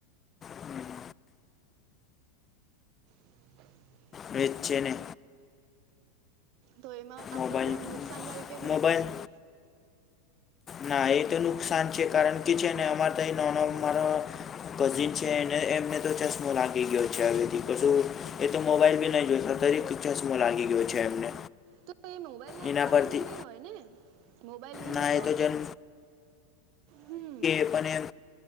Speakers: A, on the left (about 25°); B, on the right (about 50°).
A: હમ,
B: <unintelligible>
A: એ જ છે ને.
B: તો એમાં આપડુ
A: મોબાઈલ
B: ફોન નુકસાનકારી કેવી
A: મોબાઈલ
B: રીતે બને.
A: ના એ તો નુકસાન છે કારણ કે છે ને અમાર તો એ નોનો મારો કઝિન છે એને એમને તો ચશ્મો લાગી ગ્યો છે હવેથી બધું એ તો મોબાઈલ ભી નહી જોતો દરેક ચશ્મો લાગી ગ્યો છે એમને.
B: તો એ મોબાઈલ ના
A: એના
B: કારણે
A: પરથી
B: નહી હોય ને. મોબાઈલ નહી
A: ના
B: જોતો
A: એ
B: હોય
A: જન
B: તો હમ.
A: અને